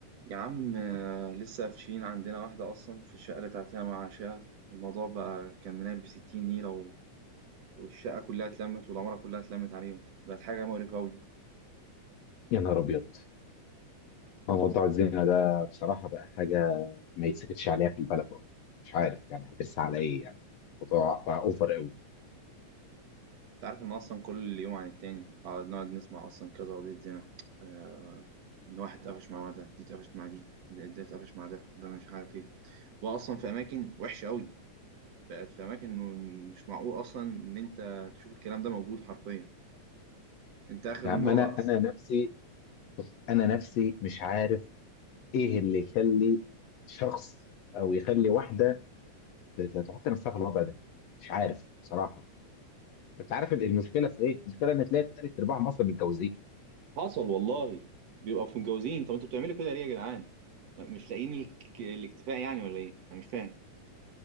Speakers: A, on the right; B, on the left.
A: يا عم آه، لسه قافشين عندنا واحدة أصلا في الشقة اللي تعتها مع عشاها الموضوع بقى كان منال بستين نيلة و... والشقة كلها اتلمت والعمارة كلها اتلمت عليهم بقت حاجة مقرفة أوي
B: يا نهار ابيض موضوع الزنا ده بصراحه بقى حاجه ما يتسكتش عليها في البلد والله مش عارف يعني هترسى على ايه يعني الموضوع بقى اوفر قوي
A: أنت عارف إن أصلا كل يوم عن التاني قعد نقعد نسمع أصلا كذا قضية زنا آه، إن واحد اتقفش مع ده دي اتقفشت مع دي ده ده اتقفش مع ده ده مش عارف إيه بقى أصلا في أماكن وحشة أوي بقت في أماكن مش معقول أصلا إن أنت تشوف الكلام ده موجود حرفيا أنت آخر
B: يا عم
A: مرة
B: انا انا نفسي بص انا نفسي مش عارف ايه اللي يخلي شخص او يخلي واحده ت- ت- تحط نفسها في الوضع ده مش عارف بصراحه انت عارف المشكله في ايه؟ المشكله ان تلاقي تلات ارباعهم اصلا متجوزين
A: حصل والله بيبقوا في متجوزين طب انتوا بتعملوا كده ليه يا جدعان مش لاقيين الك- الاكتفاء يعني ولا ايه انا مش فاهم